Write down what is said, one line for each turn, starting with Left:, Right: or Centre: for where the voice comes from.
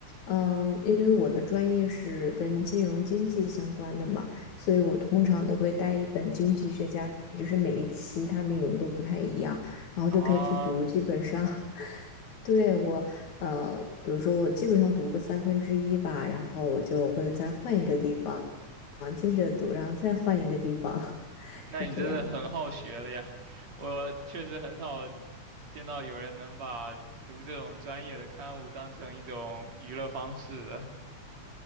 Left: 嗯，因为我的专业是跟金融经济相关的嘛，所以我通常都会带一本经济学家，就是每一期它内容都不太一样，然后就可以去读，
Right: 啊。
Left: 基本上。对我，呃，比如说我基本上读个三分之一吧，然后我就会再换一个地方，接着读，然后再换一个地方，<laughs>
Right: 那你真的很好学了呀！
Left: 是这样
Right: 我确实很少见到有人能把读这种专业的刊物当成一种娱乐方式的